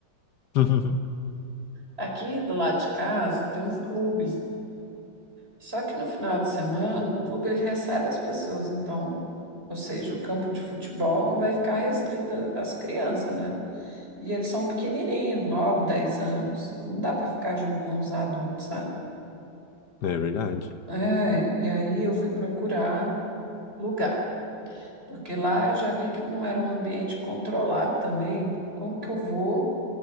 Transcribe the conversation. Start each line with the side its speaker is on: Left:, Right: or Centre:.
Left: <laughs>
Right: Aqui do lado de casa tem um clube. Só que no final de semana o clube ele recebe as pessoas, então, ou seja, o campo de futebol não vai ficar restrito às crianças, né? E eles são pequenininhos, 9, 10 anos. Não dá para ficar junto com os adultos, sabe?
Left: É verdade.
Right: É, e aí eu fui procurar lugar, porque lá eu já vi que não era um ambiente controlado também. Como que eu vou